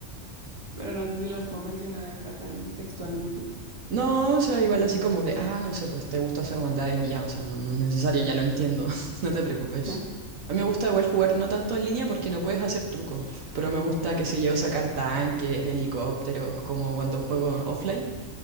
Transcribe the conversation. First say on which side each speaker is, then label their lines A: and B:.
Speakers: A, on the right (about 25°); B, on the right (about 85°).
A: Pero no sé si las puedo mencionar acá tan textualmente.
B: No, o sea, igual así como de, ah, no sé, pues te gusta hacer maldades y ya, o sea, no, no es necesario, ya lo entiendo, <laughs> no te preocupes.
A: <laughs>
B: A mí me gusta igual jugar no tanto en línea porque no puedes hacer trucos, pero me gusta, qué sé yo, sacar tanques, helicópteros, como cuando juego offline.